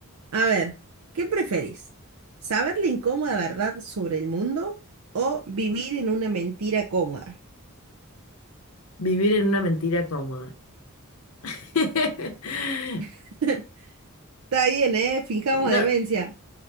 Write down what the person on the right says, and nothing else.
A ver, ¿qué preferís? ¿Saber la incómoda verdad sobre el mundo o vivir en una mentira cómoda?
<laughs> Está bien, ¿eh? Fijamos
demencia.